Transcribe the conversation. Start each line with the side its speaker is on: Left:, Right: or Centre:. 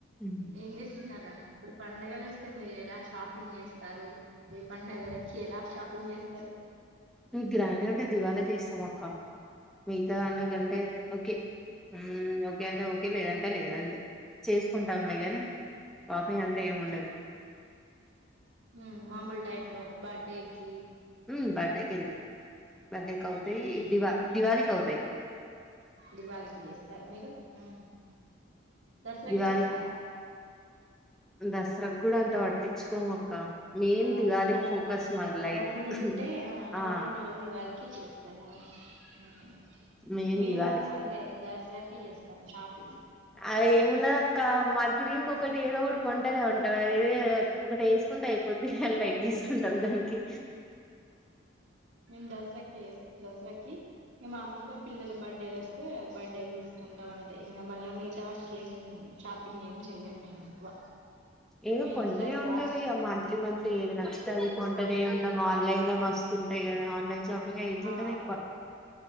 Centre: ఉమ్.
Right: ఏం చేస్తున్నారు రా ఇప్పుడు పండగలు వస్తే మీరు ఎలా షాపింగ్ చేస్తారు మీ పండగలకి ఎలా షాపింగ్ చేస్తారు
Centre: గ్రాండ్ గా అంటే దివాళాకి ఎస్తాం అక్క ఉ ద <unintelligible> న్లో కంటే
Right: ఇది,
Centre: ఓకే మ్మ్ ఓకే అంటే ఓకే లేదంటే లేదు అంతే చేసుకుంటాంలే కాని షాపింగ్ అంటే ఏమ్ ఉండదు
Right: హ్ మామూలు టైమ్ లో బర్డే కీ
Centre: ఉ బర్డె కెళ్లిండు. బర్డే క అవుతాయి
Right: ఉమ్
Centre: దివా దివాళికి అవు తే
Right: దివాళికి వేస్తారా మీరు హ్ దసరాకి
Centre: దివాళి
Right: చేయారా
Centre: దసరాకు గుడా అంతా పట్టించుకోము అక్క మెయిన్
Right: ఆ
Centre: దివాళికి
Right: నో
Centre: ఫోకస్ మాది లైట్
Right: నోములు ఉంటే ఆహా నోములు
Centre: ఆ
Right: ఉన్నవాళ్ళు దివాళికి చేస్తారు. అవును హ్
Centre: మెయిన్
Right: మేము
Centre: దివాళి
Right: అంటే దస్ త్రకిీ చేస్తం షాప్
Centre: అ ఏమున్నాది అక్క మ తిరిగి ఒకటి ఏదో ఒకటి కొంటనే ఉంటాం. ఆది అది ఏదే ఒకటి వేసుకుంటే అయిపోద్ది అలై తీసుకుంటాం
Right: ఉమ్
Centre: దానికి
Right: మేము దసరాకి ఏస్తాం. దసరాకి మామూలుగా పిల్లల బర్త్డేలు వోస్తే బర్త్డేకి తీస్ కొంటాం అంతే ఇంకా మళ్ళీ మిగతా వాటికి ఏం షాపింగ్ ఏం చెయ్యం మేము ఎక్కువ
Centre: ఏదో
Right: మెయిన్
Centre: కొంటనే
Right: దసరా
Centre: ఉంటం. ఇగ మంత్లీ మంత్లీ ఏది నచ్చతే అది కొంటనే ఉంటాం. ఆ న్లైన్ల మస్తు ఉంటాయి. కదా ఆన్లైన్ షాపింగ్ అయితుంటది
Right: ఆ
Centre: ఎక్కువ